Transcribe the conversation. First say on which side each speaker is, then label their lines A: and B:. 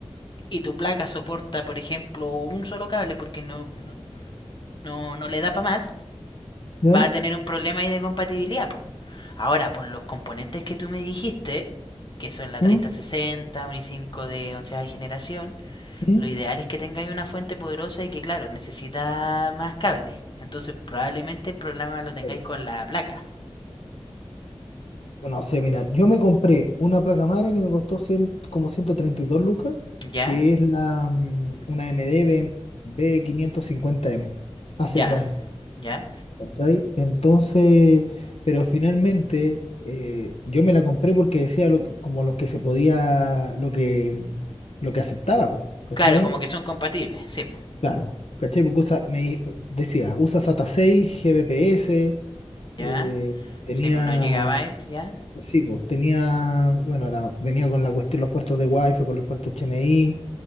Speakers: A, on the left (about 45°); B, on the left (about 75°).
A: y tu placa soporta, por ejemplo, un solo cable porque no, no, no, no le da para más,
B: ¿Ya?
A: va a tener un problema ahí de compatibilidad. po. Ahora, por los componentes que tú me dijiste, que son la
B: ¿Mm?
A: 3060, un i5 de onceava generación,
B: ¿Mm?
A: lo ideal es que tengáis una fuente poderosa y que, claro, necesita más cables. Entonces, probablemente el problema lo tengáis
B: Pero,
A: con la placa.
B: bueno, no sé, mira, yo me compré una placa madre que me costó 100 como 132 lucas,
A: ¿Ya?
B: que es la, mm, una MD B- b quinientos cincuenta m AC
A: Ya,
B: Prime.
A: ya.
B: ¿Cachai? Entonces, pero finalmente eh, yo me la compré porque decía lo que- como los que se podía, lo que, lo que aceptaba, po, ¿cachai?
A: Claro, como que son compatibles. Sí, po.
B: Claro, ¿cachai? Porque usa- me di- decía, usa SATA 6, GBPS,
A: ya.
B: eh, tenía,
A: Sí, por los gigabytes, ya.
B: sí, pues tenía, bueno, era- venía con la cuestión, los puertos de Wi-Fi, con los puertos HMI,